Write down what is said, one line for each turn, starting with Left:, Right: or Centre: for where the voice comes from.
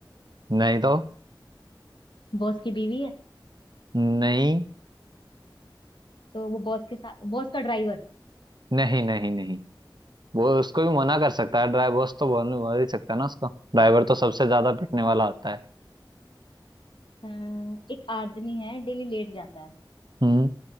Right: नहीं तो
Left: बॉस की बीवी है
Right: नहीं
Left: तो वो बॉस के साथ बॉस का ड्राइवर
Right: नहीं नहीं नहीं वो उसको भी मना कर
Left: अच्छा।
Right: सकता है ड्राइवर बॉस तो बोल बोल ही सकता है ना उसको ड्राइवर तो सबसे ज्यादा पिटने वाला होता है
Left: अम, एक आदमी है डेली लेट जाता है
Right: हम्म